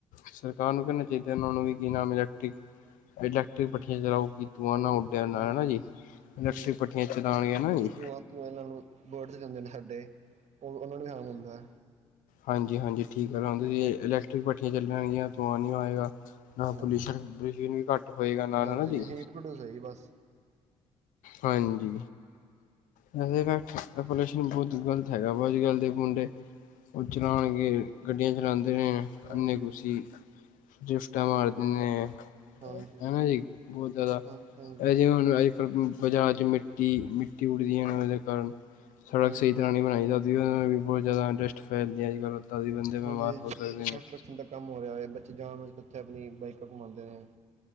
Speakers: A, on the left; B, on the right.
A: ਸਰਕਾਰ ਨੂੰ ਕਹਿਣਾ ਚਾਹੀਦਾ ਉਹਨਾਂ ਨੂੰ ਵੀ ਨਾਮਲੈਕਟ। ਇਲੈਕਟ੍ਰਿਕ ਪੱਠੀਆਂ ਚਲਾਓਗੀ ਤੂੰ ਆ ਨਾ ਉੱਡਿਆ ਨਾ
B: ਹ
A: ਹੈ ਨਾ ਜੀ ਇਲੈਕਟ੍ਰਿਕ
B: ਹਾਂ
A: ਭੱਠੀਆਂ ਚਲਾਉਣਗੇ ਨਾ
B: ਦੇਖੋ
A: ਜੀ
B: ਤੂੰਆਂ ਤੂੰ ਇਹਨਾਂ ਵਰਡ ਜਾਂਦੇ ਨੇ ਸਾਡੇ ਉਹ ਉਹਨਾ ਨੂੰ ਖਮ ਹੁੰਦਾ।
A: ਹਾਂਜੀ ਹਾਂਜੀ। ਠੀਕ ਹੈਾਂ ਤੁ
B: ਜੀ
A: ਇਲੈਕਟ੍ਰਿਕ ਪੱਠੀਆਂ ਚੱਲ ਦੂੰਆ ਨਹੀਂ ਹੋਏਗਾ। ਨਾ
B: ਹਾਂਜੀ
A: ਪੋਲਿਊਸ਼ਨ ਪੋਲ ਵੀ ਘੱਟ ਹੋਏਗਾ ਨਾਲ
B: ਹਾਂਜੀ
A: ਹਨਾ ਜੀ।
B: ਨਹੀਂ ਹੀਟ ਪ੍ਰੋਡਿਊਸ ਹੈ ਜੀ ਬਸ
A: ਹਾਂਜੀ। ਬਹੁਤ ਗ਼ਲਤ ਹੈਗਾ ਵਾ ਅੱਜ ਕੱਲ ਦੇ ਮੁੰਡੇ ਉਹ ਚਲਾਉਣਗੇ ਗੱਡੀਆਂ ਚਲਾਦੇ
B: ਹਾਂਜੀ
A: ਇੰਨੇ ਕੁਸੀ ਗਿਫਟ <unintelligible>
B: ਹਾਂਜੀ
A: ਹਨਾ ਜੀ ਬਹੁਤ ਜ਼ਿਆਦਾ
B: ਹਾਂਜੀ ਹਾਂਜੀ
A: ਜੇ ਹੁਣ ਅਜ ਕੱਲ ਬਾਜਾਰ ਚ ਮਿੱਟੀ ਉੱਡਦੀਆਂ ਨੇ ਉਹਦੇ ਕਾਰਨ ਸੜਕ
B: ਹਾਂਜੀ
A: ਸਹੀ ਤਰ੍ਹਾਂ ਨ ਬਣਾਈ ਜਾਂਦੀ ਬਹੁਤ ਜ਼ਿਆਦਾ ਇੰਟਰਸਟੈਲ ਅੱਜ ਕੱਲ੍ਹ ਏਦਾਂ ਦੇ ਬੰਦੇ ਬਿਮਾਰ
B: ਹਾਂਜੀ
A: ਹੋ
B: ਜਿਵੇਂ
A: ਸਕਦੇ
B: ਕਿਸੇ ਕੰਸਟਰਕਸ਼ਨ
A: ਨੇਊ
B: ਦਾ ਕੰਮ ਹੋ ਰਿਹਾ ਹੋਏ ਜਾਣ ਉੱਥੇ ਆਪਣੀ ਬਾਈਕਾਂ ਘੁਮਾਂਦੇ ਨੇ